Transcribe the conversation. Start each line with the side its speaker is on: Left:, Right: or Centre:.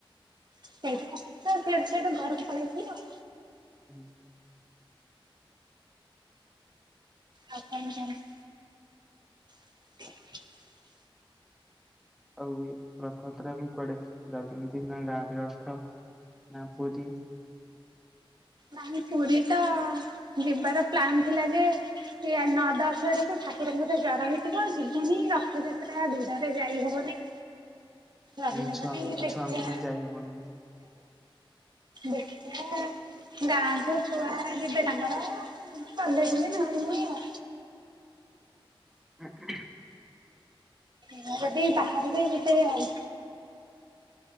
Right: ସେଇଠୁ ଆସି କି ତ ସିଆଡେ ସିଆଡେ ଘରକୁ ପଳେଇଥିଲି ଆଉ।
Centre: ହୁଁ।
Right: ଆଉ କଣ <inaudible> <inaudible>
Centre: ଆଉ ରଥଯାତ୍ରା କୁ କୁଆଡେ ଯାଉଛନ୍ତି ନା ଗାଁକୁ ରଥ ନା ପୁରୀ?
Right: ନାଇ ପୁରୀ ତ ଯିବାର ପ୍ଲାନ ଥିଲା ଯେ ଏ ନଅ ଦଶ ଆଡକୁ ଠାକୁରଙ୍କର ଜ୍ର ହେଇଥିବ ଯିବନି ରଥଯାତ୍ରା ଭିଡରେ ଯାଇ ହବନି ରହିହବନି
Centre: ଉଁ ଛୁଆଙ୍କୁ
Right: ଦେଖିବା
Centre: ଛୁଆଙ୍କୁ ନେଇ ଯାଇହବନ
Right: ବଖି ଗାଁକୁ ଛୁଆ ଯିବେ ତାଙ୍କର କଲେ ଯ ନ ଆଉ
Centre: ହଁ
Right: ହ ଯଦି ବାହାରିବମତେ ଆଉ